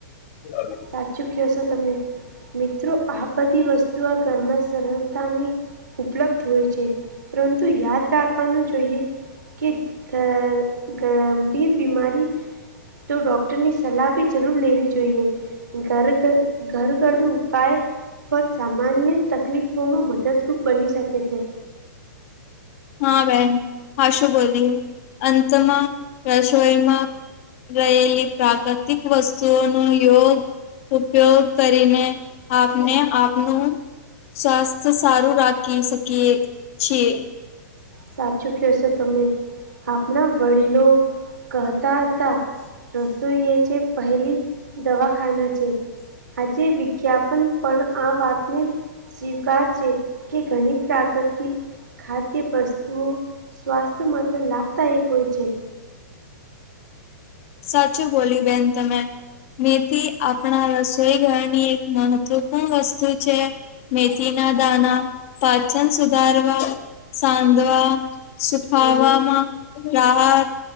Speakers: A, on the left (about 50°); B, on the right (about 80°).
A: <unintelligible>
B: સાચુ કેવો છો તમે મિત્રો આ બધી વસ્તુઓ ઘરમાં સરળતાની ઉપલબ્ધ હોય છે પરંતુ યાદ રાખ વાનું જોઈએ કે ગ ગંભીર બીમારી તો ડૉક્ટરની સલાહ બી જરૂર લેવી જોઈએ. ઘર ઘર ઘર ઘરયુ ઉપાય ફક સામાન્ય તકલીફો માં મદદરૂપ બની શકે છે.
A: હા બેન હા શું બોલી અંતમાં રસોઈમાં રયેલી પ્રાકૃતિક વસ્તુઓ નું યોગ ઉપયોગ કરીને આપને આપનું સ્વાસ્થ્ય સારું રાખી શકીએ છીએ.
B: સાચું કેવો છો તમે આપણા વડીલો કહતા હતા રસોઈ એ જે પહેલી દવાખાના છે. હજી વિજ્ઞાપન પણ આ વાતની સ્વીકાર છે, કે ઘણી પ્રાકૃતિ ખાદ્ય વસ્ તુંઓ સ્વાસ્થ માટે લાભદાયક હોય છે.
A: સાચું બોલી બેન તમે. મેથી આપણા રસોઈ ઘરની એક મહત્વપૂર્ણ વસ્તુ છે. મેથી ના દાના, પાચન સુધારવા, સાંધવા સુખાવવામાં રાહત